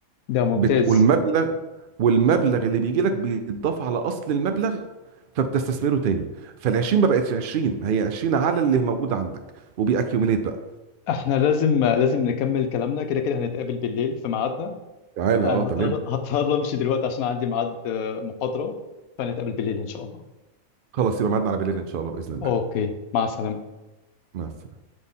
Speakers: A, on the left (about 80°); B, on the right (about 80°).
A: ده ممتاز
B: بت... والمبلغ والمبلغ اللي بيجي لك بيتضاف على اصل المبلغ فبتستثمره تاني فال 20 ما بقتش 20 هي 20 على اللي موجود عندك وبيأكيوميليت بقى
A: احنا لازم لازم نكمل كلامنا كده كده هنتقابل بالليل في ميعادنا
B: تعالى
A: انا
B: اه تمام
A: هضطر هضطر امشي دلوقتي عشان عندي ميعاد آه، محاضره فنتقابل بالليل ان شاء الله
B: خلاص يبقى ميعادنا على بالليل ان شاء الله باذن الله
A: اوكي مع السلامه
B: مع السلامه